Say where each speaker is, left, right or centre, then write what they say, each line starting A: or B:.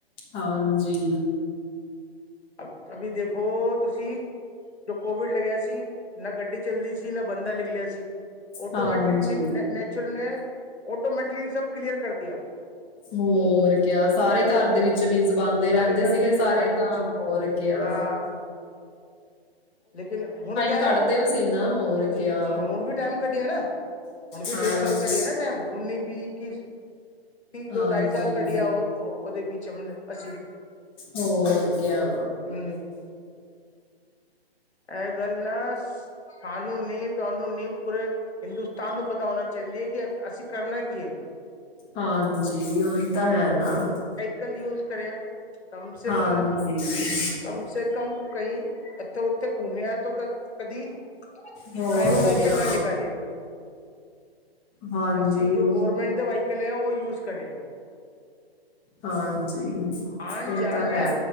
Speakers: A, on the left (about 15°); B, on the left (about 85°).
A: ਹਾਂਜੀ।
B: ਅਭ ਅਬੀ ਦੇਖੋ ਤੁਸੀਂ, ਜੋ ਕੋਵਿਡ ਲੱਗਿਆ ਸੀ, ਨਾ ਗੱਡੀ ਚੱਲਦੀ ਸੀ ਜੀ ਨਾ ਬੰਦਾ ਨਿਕਲਿਆ ਸੀ ਔਟੋਮੈਟਲੀ
A: ਹਾਂਜੀ
B: ਵੀ ਨੀ ਨੈ ਨੈ- ਚਿਰ ਨੈ ਔਟੋਮੈਟਲੀ ਸਭ ਕਲੀਅਰ ਕਰਦਿਯਾ।
A: ਹੋਰ ਕਯਾ ਸਾਰੇ ਘਰ
B: ਹੈ
A: ਦੇ ਵਿੱਚ ਮੀਜ਼ ਬਣਦੇ
B: ਸਾਰੇ
A: ਰੈਂਦੇ
B: ਘਰ
A: ਸੀਗੇ
B: ਦੇ ਵਿੱਚ
A: ਸਾਰੇ
B: ਹਾਂਜੀ
A: ਤਾਂ
B: ਜੀ
A: ਹੋਰ ਕਿਯਾ।
B: ਹਾਂ <inaudible> ਲੇਕਿਨ ਹੁਣ ਕਿਯੈ
A: ਕੱਢਦੇ ਹੋ ਸੀ ਨਾ ਹੋਰ
B: ਜੀ
A: ਕਿਆ
B: ਜੀ ਹਾਂ ਹੁਣ ਵੀ ਟੈਮ ਕੱਢਿਆ ਨਾ ਹੁਣ ਵੀ
A: ਹਾਂਜੀ
B: ਦੋ ਸਾਲ ਕਡੇਯਾ ਨਾ ਟੈਮਮ ਉੱਨੀ, ਵੀਹ, ਇੱਕੀ ਹਿ
A: ਹਾਂਜੀ
B: ਦੋ ਢਾਈ ਸਾਲ ਕਡੇਯਾ ਔ ਔ ਔਦੇ ਵਿੱਚ ਮਲਬ ਅਸੀਂ
A: ਹੋਰ ਕਿਆ
B: ਹਮ। ਐ ਗੱਲ ਨਾ ਸਾਨੂੰ ਨੀ ਤਾਨੂੰ ਨੀ ਪੂਰੇ ਹਿੰਦੁਸਤਾਨ ਨੂੰ ਪਤਾ ਹੋਣਾ ਚਾਂਦੀ ਐ ਕਿ ਅਸੀਂ ਕਰਨਾ ਕੀ ਐ
A: ਹਾਂਜੀ ਔਈ ਤਾਂ ਹੈ ਨਾ
B: ਕਲ ਯੂਜ ਕਰੇਯਾ ਕਮ ਸੇ
A: ਹਾਂਜੀ
B: ਕਮ ਕਮ ਸੇ ਕਮ ਕਂਈ ਅੱਥੋ ਭੁਮਿਆ ਤੋਂ ਕ ਕਦੀ
A: ਹੋਰ
B: ਪ੍ਰਾਈਵੇਟ ਵਾਈਕਲ
A: ਕਿਆ
B: ਨਾ ਨਿਕਾਲੇਯਾ।
A: ਹਾਂਜੀ
B: ਅਸੀਂ ਜੋ
A: ਉਹ
B: ਗੋੌਰਮੈਂਟ ਦੇ ਵਾਇਕਲ ਐ ਨਾ ਔ ਯੂਜ ਕਰੇਯ
A: ਹਾਂਜੀ,
B: ਆਣ
A: ਔਤੈ
B: ਜਾਣ ਮੈਂ
A: ਹੈ।